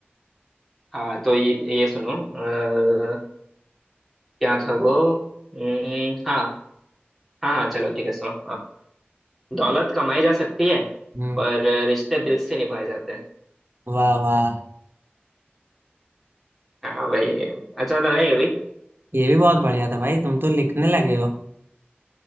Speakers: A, in the centre; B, on the right.
A: हाँ तो ये ये सुनो अ, क्या था वो अम्म, हाँ हाँ हाँ चलो ठीक है सुनो दौलत कमाई जा सकती है
B: हम्म
A: पर रिश्ते दिल से निभाए जाते हैं
B: वाह वाह
A: हाँ भाई अच्छा था नहीं अभी
B: ये भी बहुत बढ़िया था भाई तुम तो लिखने लगे हो